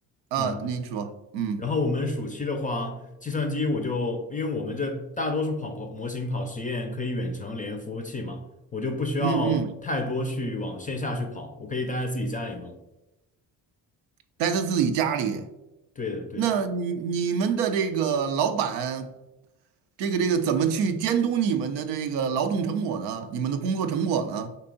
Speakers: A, on the right; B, on the left.
A: 啊、
B: 嗯，
A: 您说，嗯
B: 然后我们暑期的话，计算机我就，因为我们这大多数跑模模型跑实验可以远程连服务器嘛，我就不需要太多去往线下去跑，
A: 嗯嗯，
B: 我可以待在自己家里弄。
A: 待在自己家里，
B: 对的，对的，
A: 那你你们的这个老板，这个这个怎么去监督你们的这个劳动成果呢？你们的工作成果呢？